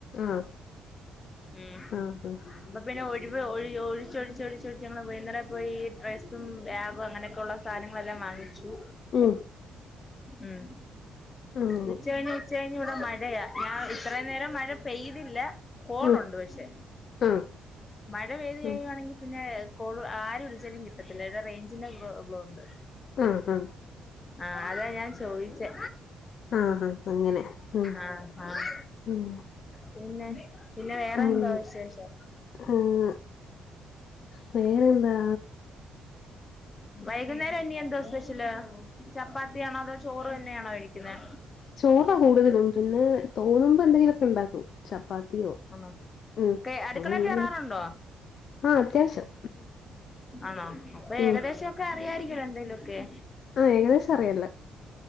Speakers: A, on the left (about 60°); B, on the left (about 30°).
A: ആഹ്
B: ഉം
A: ആഹ് ആഹ്
B: അപ്പൊ പിന്നെ ഒഴിവ് ഒഴി ഒഴിച്ചാെഴിച്ചാെഴിച്ചൊഴിച്ച് ഞങ്ങെള് വൈന്നാരായ പോയി ഡ്രെസ്സും ബേഗും അങ്ങെനെക്കെയുള്ള സാധനങ്ങളെല്ലാം വാങ്ങിച്ചു
A: ഉം
B: ഉം
A: അങ്ങനെ
B: ഉച്ച കഴിഞ്ഞ് ഉച്ച കഴിഞ്ഞ് ഇവിടെ മഴെയാ ഞാൻ ഇത്രേം നേരം മഴ പെയ്തില്ല കോളുണ്ട്
A: ഉം
B: പക്ഷെ
A: ആഹ്
B: മഴ പെയ്ത്
A: ഉം
B: കെയ്യുയാണെങ്കി പിന്നെ കോള് ആര് വിളിച്ചാലും കിട്ടത്തില്ലാ ത് റെയ്ഞ്ചിന്റെ പ്രോപ്ളോ ഉണ്ട്
A: ആഹ് ആഹ്
B: ആഹ് അതാ ഞാൻ ചോയിച്ചേ
A: ആഹ് ആഹ് അങ്ങെനെ ഉം
B: ആഹ് ആഹ്
A: ഉം
B: പിന്നെ പിന്നെ വേറെന്തുവാ
A: അങ്ങനെ
B: വിശേഷം
A: ആഹ് വേറെന്താ
B: വൈകുന്നേരം ഇനി എന്താ സ്പെഷ്യെല് ചപ്പാത്ത്യാണോ അതോ ചോറ് തന്നെയാണോ കഴിക്ക്ന്നെ
A: ചോറാ കൂട്തലും പിന്നെ തോന്നുമ്പ എന്തെങ്കിലാെക്കെണ്ടാക്കും ചപ്പാത്തിയോ
B: ആണോ
A: ഉം
B: കേ അട്ക്കളേ
A: അങ്ങനെ
B: കേറാറുണ്ടോ
A: എന്തെങ്കിലും ആഹ് അത്യാവശ്യം
B: ആണോ അപ്പ
A: ഉം
B: ഏകദേശാെക്കെ അറിയായ്രിക്കല്ലോ എന്തേലു ഒക്കെ
A: ആഹ് ഏകദേശറിയെല്ലാം